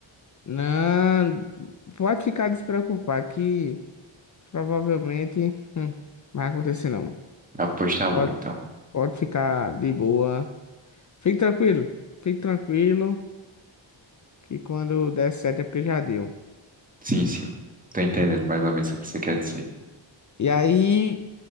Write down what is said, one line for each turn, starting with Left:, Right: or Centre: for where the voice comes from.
Left: Não, pode ficar despreocupado que provavelmente hum, não vai acontecer não.
Right: Ah, pois tá
Left: Pode,
Right: bom, então.
Left: pode ficar de boa. Fique tranquilo, fique tranquilo, que quando der certo é porque já deu,
Right: Sim, sim. Tô entendendo
Left: viu?
Right: mais ou menos o que você quer dizer.
Left: E aí,